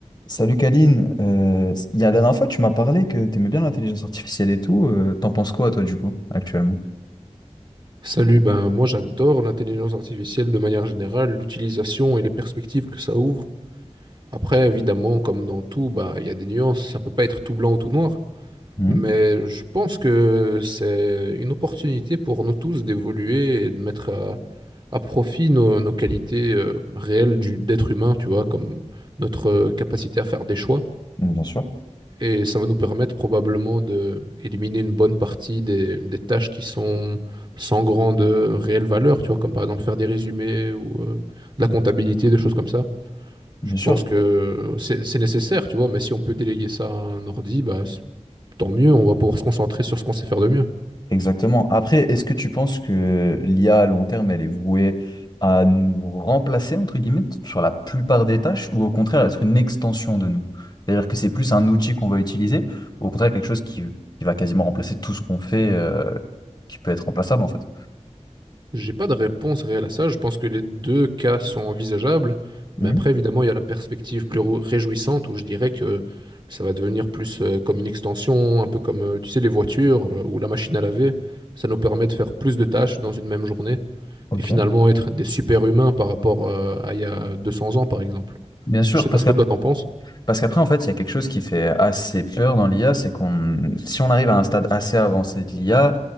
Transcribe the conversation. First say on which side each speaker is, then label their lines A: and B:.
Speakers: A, on the left (about 35°); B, on the right (about 40°).
A: Salut Kaline, Euh, il y a la dernière fois tu m'as parlé que t'aimais bien l'intelligence artificielle et tout, euh, t'en penses quoi toi du coup actuellement?
B: Salut, ben moi j'adore l'intelligence artificielle de manière générale, l'utilisation et les perspectives que ça ouvre. Après, évidemment, comme dans tout, ben, il y a des nuances, ça peut pas être tout blanc ou tout noir,
A: Mhm.
B: mais je pense que c'est une opportunité pour nous tous d'évoluer et de mettre à, à profit nos, nos qualités euh, réelles du, d'être humain, tu vois, comme notre euh, capacité à faire des choix.
A: Donc, Bien sûr,
B: Et ça va nous permettre probablement d'éliminer une bonne partie des, des tâches qui sont sans grande euh, réelle valeur, tu vois, comme par exemple faire des résumés ou euh, de la comptabilité, des choses comme ça.
A: bien
B: Je
A: sûr,
B: pense que c'est c'est nécessaire, tu vois, mais si on peut déléguer ça à un ordi, bah, c'est- tant mieux, on va pouvoir se concentrer sur ce qu'on sait faire de mieux.
A: exactement. Après, est-ce que tu penses que l'IA à long terme elle est vouée à nous remplacer entre guillemets sur la plupart des tâches ou au contraire être une extension de nous? C'est-à-dire que c'est plus un outil qu'on va utiliser ou au contraire quelque chose qui, qui va quasiment remplacer tout ce qu'on fait euh, qui peut être remplaçable en fait?
B: J'ai pas de réponse réelle à ça. Je pense que les deux cas sont envisageables.
A: Mhm.
B: Mais après, évidemment, il y a la perspective plus rou- réjouissante où je dirais que ça va devenir plus euh, comme une extension, un peu comme, euh, tu sais, les voitures euh, ou la machine à laver. Ça nous permet de faire plus de tâches dans une même journée
A: Ok.
B: et finalement être des super-humains par rapport euh, à il y a 200 ans, par exemple.
A: Bien sûr,
B: Je sais
A: parce
B: pas ce
A: que
B: que toi t'en penses.
A: Parce qu'après, en fait, il y a quelque chose qui fait assez peur dans l'IA, c'est qu'on, si on arrive à un stade assez avancé de l'IA,